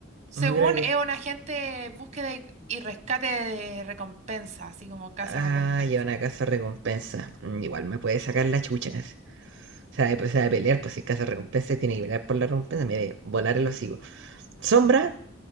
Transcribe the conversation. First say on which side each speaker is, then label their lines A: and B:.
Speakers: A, on the right; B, on the right.
A: Según
B: Mm, Creo que.
A: es un agente búsqueda y, y rescate de recompensa, así como casa
B: Ah,
A: recompensa.
B: ya una casa recompensa. Mm, Igual me puede sacar la chucha. ¿no? O sea, después se va a pelear, pues si es casa recompensa tiene que pelear por la recompensa, mire, volar el hocico. Sombra,